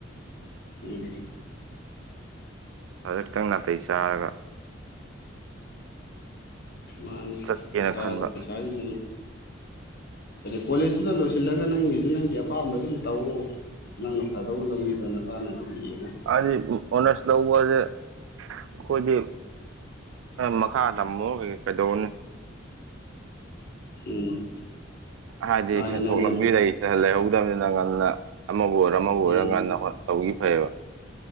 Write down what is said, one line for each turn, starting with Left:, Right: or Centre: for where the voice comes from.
Left: ꯎꯝ
Right: ꯑꯖ ꯈꯤꯇꯪ ꯅꯥꯇꯩ ꯆꯥꯔꯒ
Left: ꯃꯥꯅꯦ
Right: ꯆꯠꯀꯦꯅ
Left: ꯄꯩꯁꯥ
Right: ꯈꯟꯕ
Left: ꯄꯩꯁꯥꯒꯤ ꯀꯣꯂꯦꯖ ꯑꯗꯨꯗ ꯂꯣꯏꯁꯤꯜꯂꯒ ꯅꯪꯒꯤꯁꯨ ꯅꯪꯒꯤ ꯑꯄꯥꯝꯕ ꯑꯗꯨꯝ ꯇꯧꯋ ꯅꯪꯅ ꯐꯗꯧꯕ ꯂꯝꯕꯤꯗꯣꯅ ꯑꯅ ꯑꯗꯨꯝ ꯌꯦꯉ
Right: ꯍꯥꯏꯗꯤ ꯑꯣꯅꯔꯁ ꯂꯧꯕꯁꯦ ꯑꯩꯈꯣꯏꯗꯤ ꯃꯈꯥ ꯇꯝꯃꯣ ꯀꯩꯗꯧꯕꯅꯤ
Left: ꯎꯝ
Right: ꯍꯥꯏꯗꯤ
Left: ꯃꯥꯅꯦ
Right: ꯁꯦꯟꯊꯣꯛ
Left: ꯅꯪꯅ
Right: ꯂꯝꯕꯤ ꯂꯩ ꯂꯩꯍꯧꯗꯕꯅꯤꯅ ꯉꯟꯅ ꯑꯃꯕꯨ ꯑꯣꯏꯔꯣ ꯑꯃꯕꯨ ꯑꯣꯏꯔꯣ
Left: ꯎꯝ
Right: ꯉꯟꯅ ꯍ ꯇꯧꯕꯒꯤ ꯐꯩꯌꯦꯕ